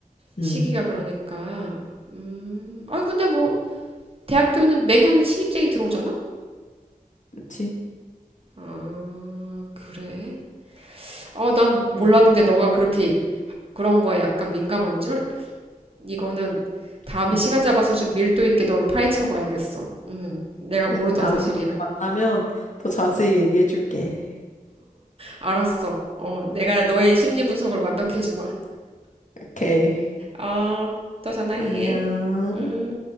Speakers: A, on the left (about 55°); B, on the right (about 40°).
A: 음,
B: 시기가 그러니까. 음, 아, 근데 뭐, 대학교는 매년 신입생이 들어오잖아?
A: 그치?
B: 아, 그래? 어, 난 몰랐는데
A: 음.
B: 너가 그렇게 그런 거에 약간 민감한 줄? 이거는 다음에
A: <laughs>
B: 시간 잡아서 좀 밀도 있게 너를 파헤쳐 봐야겠어. 음, 내가
A: 그래,
B: 모르던
A: 나
B: 사실이야.
A: 나중에 만나면 더 자세히 얘기해줄게.
B: 알았어. 어, 내가 너의 심리 분석을 완벽히 해주마.
A: 오케이.
B: 어, 또 전화해.
A: 안녕.
B: 음.